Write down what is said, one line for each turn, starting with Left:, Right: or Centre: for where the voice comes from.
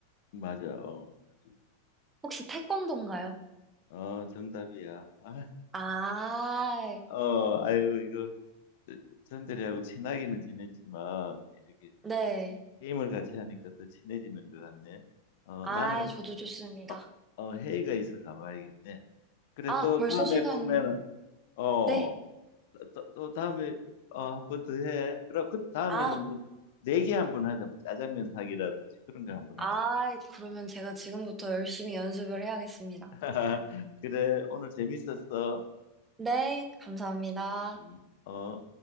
Left: 맞아, 어, 아주-
Right: 혹시 태권도인가요?
Left: 어, 정답이야. 아,
Right: 아,
Left: 어, 아유 이거 전대리하고 친하기는 지냈지만 이렇게
Right: 네.
Left: 게임을 같이 하니까 더 친해지는 것 같네. 어,
Right: 아,
Left: 나는
Right: 저도 좋습니다.
Left: 어, 어, 회의가 있어 가봐야겠네. 그래
Right: 아,
Left: 또
Right: 벌써
Left: 다음에
Right: 시간이.
Left: 보면은 어또
Right: 네.
Left: 또또 다음에 어 한 번 더 해. 그럼 그 다음에는
Right: 아.
Left: 뭐 네 개 한 번 하자. 뭐 짜장면 사기라든지 그런 거 한 번
Right: 아,
Left: 하지 뭐.
Right: 그러면 제가 지금부터 열심히 연습을 해야겠습니다.
Left: <laughs> 그래 오늘 재밌었어.
Right: 네, 감사합니다.
Left: 음, 어.